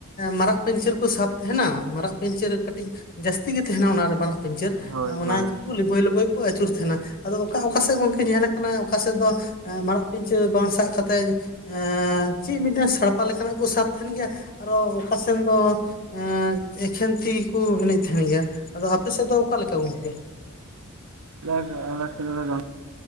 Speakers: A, on the left; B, on the right.
A: ᱢᱟᱨᱟᱜ ᱯᱤᱧᱪᱟᱹᱨ ᱠᱚ ᱥᱟᱵ ᱛᱟᱦᱮᱱᱟ ᱢᱟᱨᱟᱜ ᱯᱤᱧᱪᱟᱹᱨ ᱠᱟᱹᱴᱤᱡ ᱡᱟᱹᱥᱛᱤ ᱜᱮ ᱛᱟᱦᱮᱱᱟ, ᱚᱱᱟᱨᱮ ᱢᱟᱨᱟᱜ ᱯᱤᱧᱪᱟᱹᱨ
B: ᱦᱳᱭ
A: ᱚᱱᱟ
B: ᱦᱳᱭ
A: ᱜᱮᱠ ᱞᱤ ᱞᱤᱵᱟᱹᱭ ᱞᱟᱵᱟᱹᱭ ᱠᱚ ᱟᱹᱪᱩᱨ ᱛᱟᱦᱮᱸᱱᱟ, ᱟᱫᱚ ᱚᱠᱟ ᱚᱠᱟ ᱥᱮᱫ ᱜᱚᱝᱠᱮ ᱧᱮᱞ ᱟᱠᱟ ᱠᱟᱱᱟᱭ ᱚᱠᱟ ᱥᱮᱫ ᱫᱚ, ᱢᱟᱨᱟᱜ ᱯᱤᱧᱪᱟᱹᱨ ᱵᱟᱝ ᱥᱟᱵ ᱠᱟᱛᱮᱫ ᱮᱻ ᱪᱮᱫ ᱢᱤᱫᱴᱮᱱ ᱥᱟᱲᱯᱟ ᱞᱮᱠᱟᱱᱟᱜ ᱠᱚ ᱥᱟᱵ ᱛᱟᱦᱮᱱ ᱜᱮᱭᱟ, ᱟᱨᱚ ᱚᱠᱟ ᱥᱮᱱ ᱫᱚ ᱾ ᱮᱻ ᱮᱠᱷᱮᱱ ᱛᱤ ᱜᱮᱠᱩ ᱮᱱᱮᱡ ᱛᱟᱦᱮᱱ ᱜᱮᱭᱟ, ᱟᱫᱚ ᱟᱯᱮ ᱥᱮᱫ ᱫᱚ ᱚᱠᱟ ᱞᱮᱠᱟ ᱜᱚᱝᱠᱮ?
B: ᱡ <unintelligible>